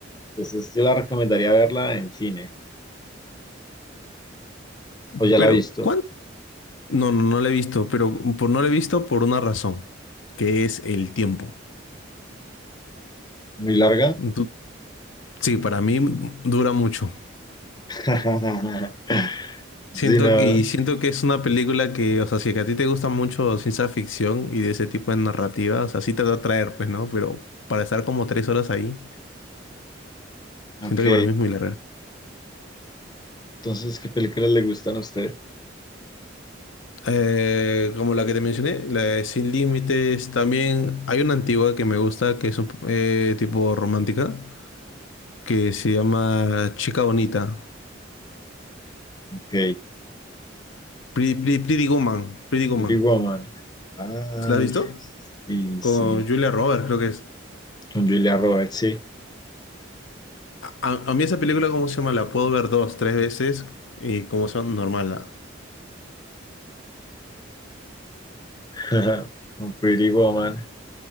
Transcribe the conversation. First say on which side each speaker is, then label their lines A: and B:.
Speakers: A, on the left; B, on the left.
A: Entonces yo la recomendaría verla en cine. ¿O ya
B: Pero,
A: la ha visto?
B: ¿cuánto? No, no, no lo he visto, pero por, no lo he visto por una razón, que es el tiempo.
A: ¿Muy larga?
B: Du- sí, para mí mm, dura mucho.
A: <laughs> Sí,
B: Siento,
A: no.
B: y siento que es una película que, o sea, si es que a ti te gusta mucho ciencia ficción y de ese tipo de narrativa, o sea, sí te va a atraer, pues, ¿no? Pero para estar como tres horas ahí, siento
A: Ok,
B: que para mí es muy larga.
A: entonces, ¿qué películas le gustan a usted?
B: Eh, como la que te mencioné, la de Sin Límites, también hay una antigua que me gusta, que es un, eh, tipo romántica, que se llama Chica Bonita.
A: Ok,
B: Pretty, Pretty- Pretty Woman, Pretty Woman.
A: Pretty Woman. Ay,
B: ¿La has visto?
A: sí,
B: Con
A: sí.
B: Julia Roberts, creo que es.
A: Con Julia Roberts, sí.
B: A, a mí esa película, ¿cómo se llama? La puedo ver dos, tres veces y como son normal. la-
A: <laughs> Con Pretty Woman.